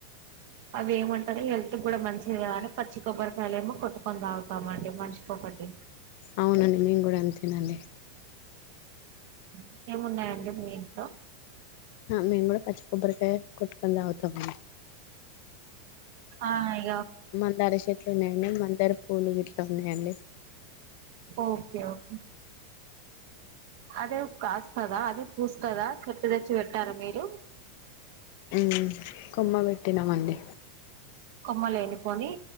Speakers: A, on the right; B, on the left.
A: అవి ఏమంటారు హెల్త్ కూడా మంచిది కానీ పచ్చి కొబ్బరి మళ్ళ ఏమో కొట్టుకొని తాగుతామండి మనిషి ఒకటి
B: అవునండి మేము కూడా అంతేనండి
A: ఇక ఏమున్నాయండి మీ ఇంట్లో
B: మేము కూడా పచ్చి కొబ్బరికాయ కొట్టుకొని తాగుతామండి
A: హాయ్
B: మందార చెట్లు ఉన్నాయండి మందర పూలు గిట్లా ఉన్నాయండి
A: ఓకే ఓకే అదే కాస్తదా అదే పూస్తదా చెట్టు తెచ్చి పెట్టారా మీరు
B: హుమ్ కొమ్మ బెట్టినమండి
A: కొమ్మలేనుకొని